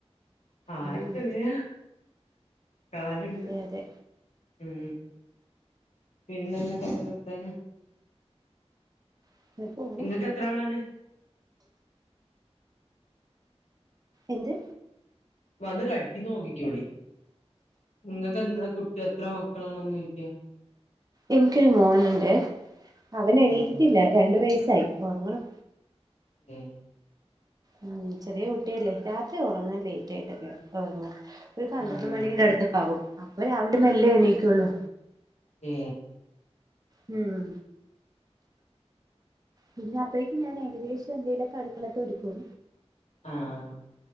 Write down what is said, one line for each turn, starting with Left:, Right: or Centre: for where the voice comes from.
Right: ഉം
Left: ആർക്കെന്തിനാ കാല്ണ്ട്
Right: അതെ അതെ
Left: ഉം പിന്നൊന്തെക്കെ വർത്താനം
Right: ഉം പോണു
Left: ഇങ്ങക്ക് എത്ര ആളാണ്?
Right: എന്ത്?
Left: വന്ന് കടിക്കുന്നോക്കിക്കോളി ങ്ങക്ക് എന്താ കുട്ടി എത്ര മക്കളാണെന്ന് ചോയിക്കാ
Right: എനിക്കൊരു മോന് ണ്ട് അവന് എണീറ്റിട്ടില്ല
Left: ആഹ്
Right: രണ്ടു വയസ്സായി ഒറങ്ങു ണു
Left: മ്മ്
Right: ഉം ചെറിയ കുട്ടിയല്ലേ രാത്രി ഉറങ്ങാൻ ലേറ്റ് ആയിട്ടേ കിട ഒർങ്ങ ഒരു പന്ത്രണ്ട്
Left: ആഹ്
Right: മണിയുടെ
Left: ആഹ്
Right: അടുത്തൊക്കാകും അപ്പൊ രാവിലെ മെല്ലെ എണീക്കുള്ളൂ
Left: ഏ
Right: മ്മ് പിന്നെ അപ്പഴേക്കും ഞാൻ ഏകദേശം എന്തെലൊക്കെ അടുക്കളേത്തെ എടുക്കും
Left: ആഹ്